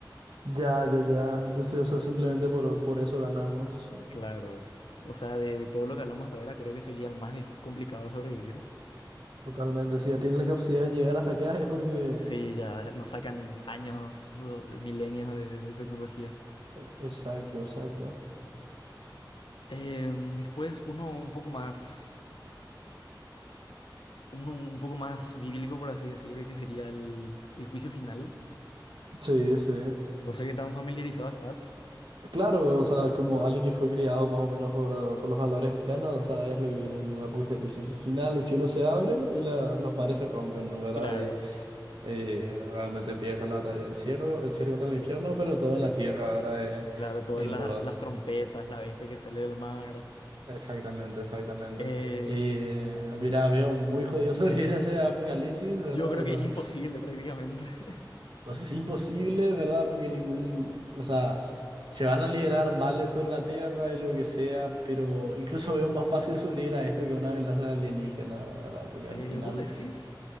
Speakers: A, on the right; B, on the left.
A: Ya, ya, ya. Entonces, o sea, simplemente por, por eso ganamos.
B: claro. O sea, de, de todo lo que hablamos hasta ahora, creo que sería el más dif- complicado de sobrevivir.
A: Totalmente. Si ya tienen la capacidad de llegar hasta acá es porque.
B: Sí, ya nos sacan años, eh, milenios de, de tecnología.
A: e- Exacto, exacto.
B: Em, después, uno un poco más, uno un poco más bíblico, por así decir, que sería el, el juicio final.
A: Sí, sí.
B: No sé qué tan familiarizado estás.
A: Claro, o sea, como alguien que fue criado más o menos por, eh, por los valores cristianos, o sea, es lo que viene en el Apocalipsis final, el cielo se abre y la- los mares se rompen, ¿no? ¿Verdad?
B: Claro,
A: Y, y realmente empieza la batalla del cielo, el cielo contra el infierno, pero todo en la tierra, ¿verdad?
B: claro, todas
A: Y, y
B: la-
A: los...
B: las trompetas, la bestia que sale del mar.
A: Exactamente, exactamente.
B: Eh,
A: Y eh, mira, veo muy jodido <laughs> sobre ese Apocalipsis, ¿verdad?
B: yo creo que es imposible prácticamente. <laughs>
A: No sé si imposible, ¿verdad? Porque ningún, o sea, se van a liberar males sobre la Tierra y lo que sea, pero incluso veo más fácil sobrevivir a esto que a una amenaza alienígena, ¿verdad? Porque
B: Eh,
A: al final...
B: ¿vos decís?